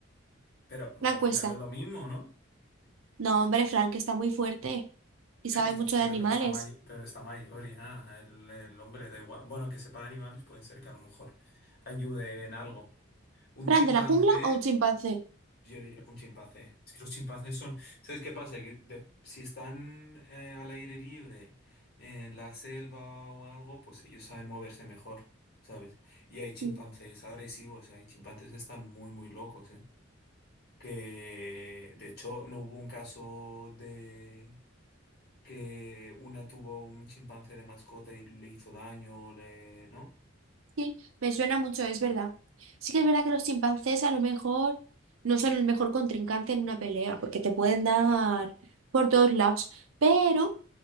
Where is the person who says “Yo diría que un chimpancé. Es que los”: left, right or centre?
Left